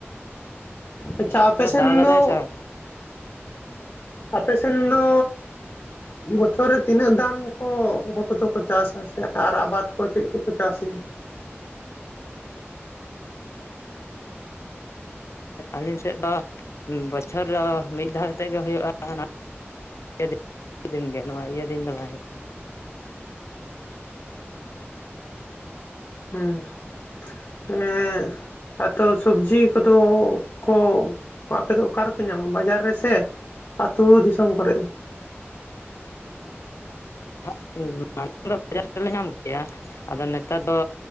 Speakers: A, on the left; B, on the left.
A: ᱟᱪᱪᱷᱟ ᱟᱯᱮ
B: ᱟᱫᱚ
A: ᱥᱮᱱ
B: ᱫᱟᱜᱟᱫᱟᱭ
A: ᱫᱚ
B: ᱥᱮ <inaudible>
A: ᱟᱯᱮ ᱥᱮᱱ ᱫᱚᱻ ᱵᱚᱪᱷᱚᱨ ᱨᱮ ᱛᱤᱱᱟᱹᱜ ᱫᱟᱱ ᱠᱚ ᱦᱳ ᱠᱚᱫᱚ ᱠᱚ ᱪᱟᱥᱟ ᱥᱮ ᱟᱨ ᱟᱵᱟᱫᱽ ᱠᱚ ᱪᱮᱫ ᱠᱚᱠᱚ ᱪᱟᱥ ᱜᱮᱭᱟ?
B: ᱟᱹᱞᱤᱧ ᱥᱮᱫ ᱫᱚ ᱵᱚᱪᱷᱚᱨ ᱨᱮ ᱢᱤᱫ ᱫᱷᱟᱣ ᱠᱟᱛᱮᱜ ᱜᱮ ᱦᱳᱭᱳᱜᱼᱟ, <unintelligible> ᱫᱤᱱ ᱜᱮ ᱱᱚᱣᱟ ᱤᱭᱟᱹ ᱫᱤᱱ ᱫᱚ ᱵᱟᱭ ᱦᱳᱭᱳᱜ ᱛᱟᱦᱮᱱᱟ᱾
A: ᱦᱩᱸ ᱮᱸᱻᱫ ᱟ ᱛᱚ ᱥᱚᱵᱽᱡᱤ ᱠᱚᱫᱚ ᱠᱚ ᱟᱯᱮ ᱫᱚ ᱚᱠᱟ ᱨᱮᱯᱮ ᱧᱟᱢᱟ ᱵᱟᱡᱟᱨ ᱨᱮ ᱥᱮ ᱢᱮ ᱟᱹᱛᱩ ᱫᱤᱥᱚᱢ ᱠᱚᱨᱮᱫ?
B: <unintelligible> ᱵᱟᱡᱟᱨ ᱨᱮᱞᱮ ᱧᱟᱢ ᱠᱮᱭᱟ, ᱟᱫᱚ ᱱᱮᱛᱟᱨ ᱫᱚ